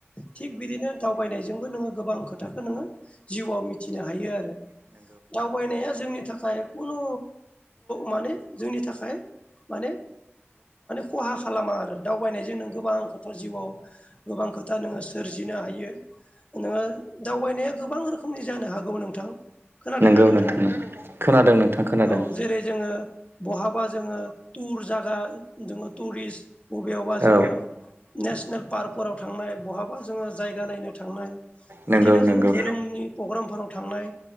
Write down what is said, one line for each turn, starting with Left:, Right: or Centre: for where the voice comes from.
Left: थिग बिदिनो दावबायनायजोंबो नोङो गोबां खोथाखौ नोङो जिउआव मिथिनो हायो आरो। दावबायनाया जोंनि थाखाय खुनु म जोंनि थाखाय माने। खहा खालामा आरो दावबायनायजों नों गोबां खोथा जिउआव गोबां खोथा। दा नोङो सोरजिनो हायो नोङो दावबायनाया गोबां रोखोमनि जानो हागौ नोंथां। खोनादोंना
Right: हागौ
Left: नोंथाङा
Right: खोनादों नोंथां खोनादों
Left: औ जेरै जोङो। बहाबा जोङो टुर जागा जोङो टुरिस्ट बबेयावबा जोङो
Right: औ
Left: नेसनेल पार्कफोराव थांनाय। बहाबा जोङो जायगा नायनो थांनाय
Right: नायनो
Left: बिदिनो
Right: थांनाय
Left: जोङो धोरोमनि प्रग्रामफोराव थांनाय।